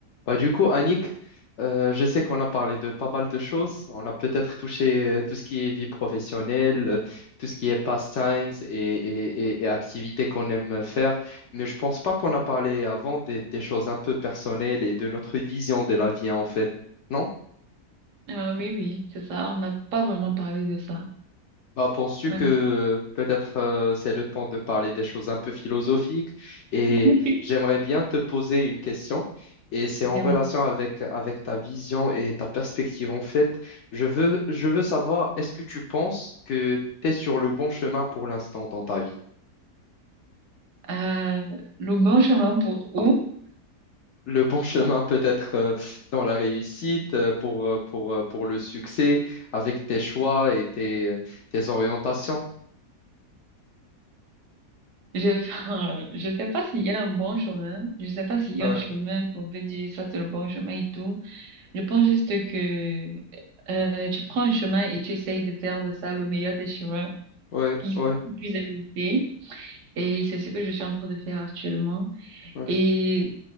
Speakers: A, on the left (about 70°); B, on the right (about 65°).
A: Bah, du coup, Annick, euh, je sais qu'on a parlé de pas mal de choses. On a peut-être touché euh, tout ce qui est vie professionnelle, euh, tout ce qui est pastimes et, et, et, et activités qu'on aime faire. Mais je pense pas qu'on a parlé avant des, des choses un peu personnelles et de notre vision de la vie, en fait. Non
B: Ah oui, oui, c'est ça. On n'a pas vraiment parlé de ça.
A: Bah, penses-tu
B: Ouais.
A: que euh, peut-être euh, c'est le temps de parler des choses un peu philosophiques et
B: <laughs>
A: j'aimerais bien te poser une question et c'est
B: Dis-moi.
A: en relation avec, avec ta vision et ta perspective en fait. Je veux, je veux savoir, est-ce que tu penses que tu es sur le bon chemin pour l'instant dans ta vie?
B: Euh, le bon chemin pour où?
A: Le bon <laughs> chemin
B: Ça.
A: peut-être euh, dans la réussite, euh, pour, euh, pour, euh, pour le succès, avec tes choix et tes, euh, tes orientations.
B: Je, <laughs> je sais pas s'il y a un bon chemin. Je sais pas s'il y
A: Ouais,
B: a un chemin qu'on peut dire ça c'est le bon chemin et tout. Je pense juste que euh, tu prends un chemin et tu essayes de faire de ça le meilleur des chemins
A: ouais,
B: qui
A: ouais,
B: qui puisse exister. Et c'est ce que je suis en train de faire actuellement.
A: ouais.
B: Et,